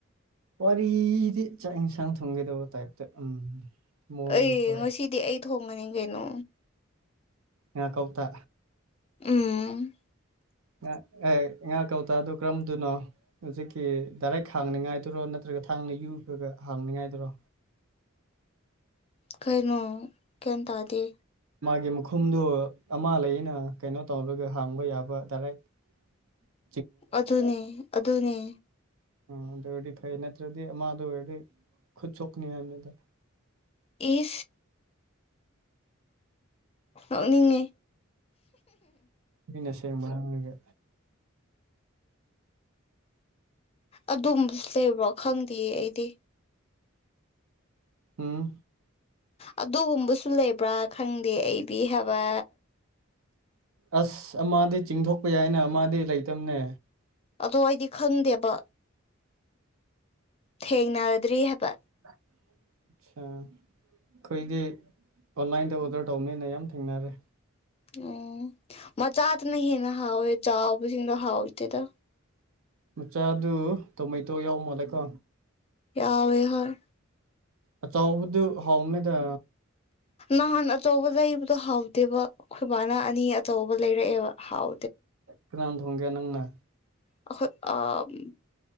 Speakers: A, on the right (about 80°); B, on the left (about 30°).
A: ꯋꯥꯔꯤꯗꯤ ꯆꯥꯛ ꯏꯁꯥꯡ ꯊꯣꯡꯒꯦꯗꯧꯕ ꯇꯥꯏꯞꯇ ꯎꯝ ꯃꯑꯣꯡꯗꯀꯣ
B: ꯑꯩ ꯉꯁꯤꯗꯤ ꯑꯩ ꯊꯣꯡꯒꯅꯤ ꯀꯩꯅꯣ
A: ꯉ ꯀꯧꯇꯥ
B: ꯎꯝ
A: ꯉꯥ ꯑꯦ ꯉꯍꯥꯛ ꯀꯧꯇꯥ ꯑꯗꯨ ꯀꯔꯝꯗꯨꯅꯣ ꯍꯧꯖꯤꯛꯀꯤ ꯗꯥꯏꯔꯦꯛ ꯍꯥꯡꯅꯤꯉꯥꯏꯗꯨꯔꯣ ꯅꯠꯇ꯭ꯔꯒ ꯊꯥꯡꯅ ꯌꯨꯒꯒ ꯍꯥꯡꯅꯤꯉꯥꯏꯗꯨꯔꯣ
B: ꯀꯩꯅꯣ ꯀꯩ ꯇꯥꯗꯦ
A: ꯃꯥꯒꯤ ꯃꯈꯨꯝꯗꯨꯣ ꯑꯃ ꯂꯩꯅ ꯀꯩꯅꯣ ꯇꯧꯔꯒ ꯍꯥꯡꯕ ꯌꯥꯕ ꯗꯥꯏꯔꯦꯛ <unintelligible>
B: ꯑꯗꯨꯅꯤ ꯑꯗꯨꯅꯤ
A: ꯑ ꯑꯗꯨ ꯑꯣꯏꯔꯗꯤ ꯐꯩ ꯅꯠꯇ꯭ꯔꯗꯤ ꯑꯃꯗ ꯑꯣꯏꯔꯗꯤ ꯈꯨꯠꯁꯨꯣꯛꯅꯤ ꯍꯥꯏꯅꯤꯗ
B: ꯏ ꯅꯣꯛꯅꯤꯡꯉꯦ꯫
A: ꯃꯤꯅ ꯑꯁꯦꯡꯕ ꯍꯥꯏꯔꯒ꯫
B: ꯑꯗꯨꯝꯕꯁꯨ ꯂꯩꯕ꯭ꯔꯣ ꯈꯪꯗꯦꯌꯦ ꯑꯩꯗꯤ꯫
A: ꯎꯪ
B: ꯑꯗꯨꯒꯨꯝꯕꯁꯨ ꯂꯩꯕ꯭ꯔꯥ ꯈꯪꯗꯦ ꯑꯩꯗꯤ ꯍꯥꯏꯕ꯫
A: ꯑꯁ ꯑꯃꯗꯤ ꯆꯤꯡꯊꯣꯛꯄ ꯌꯥꯏꯅ ꯑꯃꯗꯤ ꯂꯩꯇꯕꯅꯦ꯫
B: ꯑꯗꯣ ꯑꯩꯗꯤ ꯈꯪꯗꯦꯕ꯫ ꯊꯦꯡꯅꯗ꯭ꯔꯤ ꯍꯥꯏꯕ꯫
A: ꯁ ꯑꯩꯈꯣꯏꯗꯤ ꯑꯣꯟꯂꯥꯏꯟꯗ ꯑꯣꯗꯔ ꯇꯧꯕꯅꯤꯅ ꯌꯥꯝ ꯊꯦꯡꯅꯔꯦ꯫
B: ꯑꯣ ꯃꯆꯥꯇꯅ ꯍꯦꯟꯅ ꯍꯥꯎꯋꯦ ꯆꯥꯎꯕꯁꯤꯡꯗꯣ ꯍꯥꯎꯇꯦꯗ꯫
A: ꯃꯆꯥꯗꯨ ꯇꯣꯃꯩꯇꯣ ꯌꯥꯎ ꯃꯥꯜꯂꯦꯀꯣ꯫
B: ꯌꯥꯎꯋꯦ ꯍꯣꯏ꯫
A: ꯑꯆꯧꯕꯗꯨ ꯍꯥꯎꯅꯦꯗ꯫
B: ꯅꯍꯥꯟ ꯑꯆꯧꯕ ꯂꯩꯕꯗꯣ ꯍꯥꯎꯇꯦꯕ ꯑꯩꯈꯣꯏꯕꯥꯅ ꯑꯅꯤ ꯑꯆꯧꯕ ꯂꯩꯔꯛꯑꯦꯕ ꯍꯥꯎ
A: ꯀꯅꯥꯅ ꯊꯣꯡꯒꯦ ꯅꯪꯅ?
B: ꯑꯩꯈꯣꯏ ꯑ ꯑꯝ